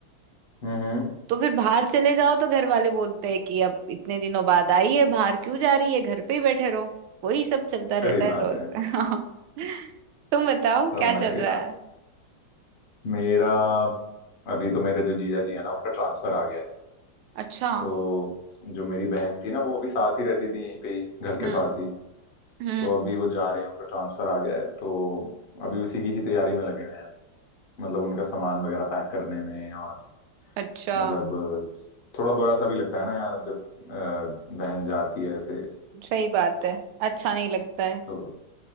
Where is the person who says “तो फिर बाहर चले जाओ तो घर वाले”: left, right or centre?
Right